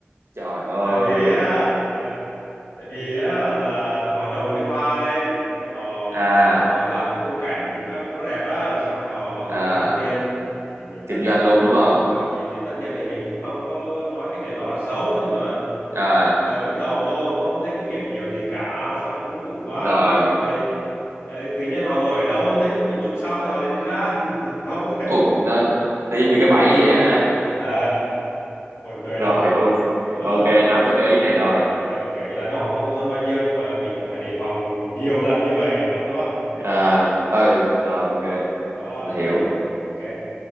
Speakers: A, on the right (about 75°); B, on the left (about 70°).
A: trời ơi
B: tại vì á ờ, tại vì á là họ trồng cái hoa lên rồi họ
A: à
B: họ họ làm cái khung cảnh thì cho, cho nó đẹp á xong rồi họ họ
A: à
B: cũng phải thu tiền thì mình
A: kinh
B: tất nhiên
A: doanh
B: là
A: luôn đúng không
B: ờ, thì, thì tất nhiên thì mình cũng không có nói cái chuyện đó là xấu nhưng mà
A: à
B: ờ, lúc đầu vô không có thấy cái biển hiệu gì cả xong rồi cũng chủ quan
A: rồi
B: xong rồi ờ, tự nhiên họ ngồi ở đâu thấy lúc mình chụp xong thì họ lại đi ra <laughs> mình không có thấy
A: ủa nó nó giống như cái bẫy vậy á ha
B: Ờ, buồn cười
A: rồi
B: lắm
A: ok
B: nó,
A: ok
B: nó
A: nắm được cái ý này rồi
B: ờ, kiểu như là nó còn không có tốn bao nhiêu nhưng mà mình cần phải đề phòng nhiều lần như vậy đúng không đúng không
A: à ừ rồi ok
B: đó
A: mình
B: ờ,
A: hiểu
B: ok